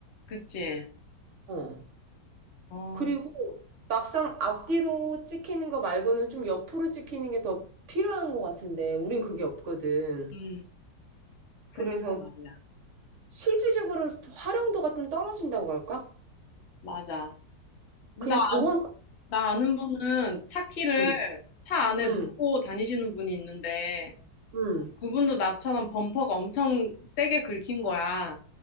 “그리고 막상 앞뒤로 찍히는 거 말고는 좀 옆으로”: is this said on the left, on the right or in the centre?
Right